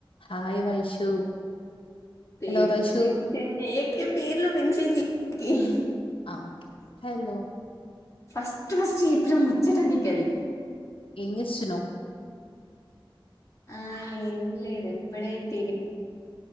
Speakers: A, on the left; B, on the left.
A: Hi Vaishu
B: పేర్లు
A: hello Vaishu
B: mention చేయకే పేర్లు మెన్షన్ చే <unintelligible>
A: ఆ హలో
B: ఫస్ట్ ఫస్ట్ చెప్పిన ముచ్చట నీకది
A: ఏంచేస్తున్నవ్
B: ఆ ఏం లేదు ఇప్పుడే తిని